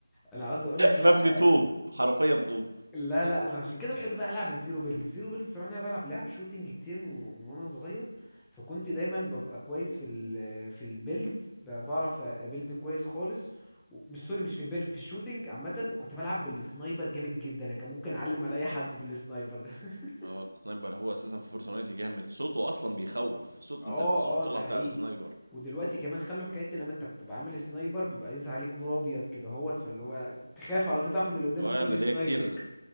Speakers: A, in the centre; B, on the right.
A: انا عاوز اقول لك لا
B: مبني طوب، حرفيًا طوب.
A: لا لا انا عشان كده بحب بقى العب الزيرو بيلد الزيرو بيلد الصراحه انا بلعب لعب شوتينج كتير من, من وانا صغير فكنت دايما ببقى كويس في ال في البيلد ب- بعرف ابيلد كويس خالص و- مش سوري مش في البيلد في الشوتينج عامه وكنت بلعب بالسنايبر جامد جدا انا كان ممكن اعلم على اي حد بالسنايبر ده <laughs>
B: آه، السنايبر هو أساسًا في فورتنايت جامد، صوته أصلًا بيخوّف، صوت
A: اه
B: أنت صوته طالع
A: اه ده حقيقي
B: بتاع السنايبر.
A: ودلوقتي كمان خلوا حكايه إن لما انت بتبقى عامل سنايبر بيبقى يظهر عليك نور ابيض كده هوت فاللي هو تخاف على طول تعرف ان اللي
B: والله
A: قدامك ده
B: أنا
A: بيسنايبر
B: ليّا كتير